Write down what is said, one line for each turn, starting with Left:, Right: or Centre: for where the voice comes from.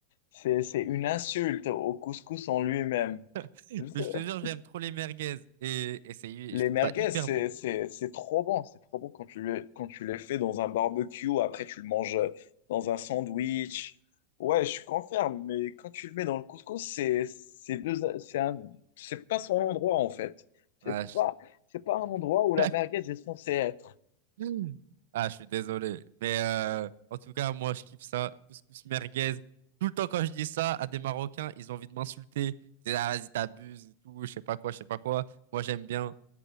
Left: c'est- c'est une insulte au couscous en lui-même.
Right: <laughs>
Left: <laughs>
Right: Mais je te jure j'aime trop les merguez et et c'est
Left: Les
Right: je trouve
Left: merguez,
Right: ça hyper
Left: c'est,
Right: bon.
Left: c'est, c'est trop bon. C'est trop bon quand tu les, quand tu les fais dans un barbecue. Après, tu le manges euh, dans un sandwich. Ouais, je confirme. Mais quand tu le mets dans le couscous, c'est, c'est deux, c'est un, c'est pas son endroit, en fait.
Right: Ouais,
Left: C'est
Right: je-
Left: pas, c'est pas un endroit où la
Right: <laughs>
Left: merguez est censée être.
Right: Hmm. Ah, je suis désolé. Mais euh, en tout cas, moi, je kiffe ça. Couscous merguez. Tout le temps, quand je dis ça à des Marocains, ils ont envie de m'insulter. Ils disent, ah, vas-y, t'abuses et tout, je sais pas quoi, je sais pas quoi. Moi, j'aime bien.